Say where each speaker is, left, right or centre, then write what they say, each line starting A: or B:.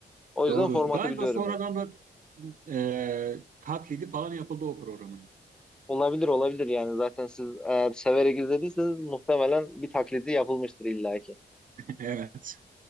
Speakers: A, in the centre; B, on the right.
A: O yüzden
B: Doğru.
A: formatı
B: Galiba
A: biliyorum
B: sonradan da e, taklidi falan yapıldı o programın.
A: Olabilir olabilir yani zaten siz eğer severek izlediyseniz muhtemelen bir taklidi yapılmıştır illaki.
B: <laughs> Evet.